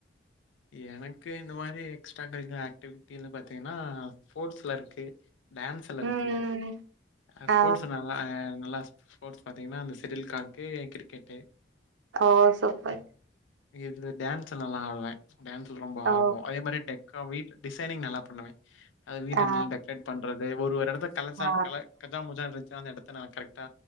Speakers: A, on the left (about 80°); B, on the right (about 80°).
A: எனக் கு இந்த மாரி எக்ஸ்ட்ரா கரிக்குலர் ஆக்டிவிட்டினு பாத்திங்னா ஸ்போர்ட்ஸ்ல இருக்கு டான்ஸ்ல இருக்கு
B: ம்
A: அ ஸ்போர்ட்ஸ்
B: ஆ
A: ஆ நல்லா ஸ்போர்ட்ஸ் பாத்தீங்னா அந்த செடில் காக்கு கிரிகெட்டு
B: ஒ சுப்பர்
A: இது டான்ஸ் நல்லா ஆடுவே டான்ஸ்ல ரொம்ப
B: ஓ
A: ஆர்வோ அதே மாரி டெக்கா வீ டிசனிங் நல்லா பண்ணுவ அந்த வீட்ட
B: ஆ
A: நல்ல டெக்கரேட் பண்றது ஒரு ஒரு எடத்த காசு
B: ஆ
A: காச்ச முச்ச இருந்தா அந்த எடத்த கரெக்டா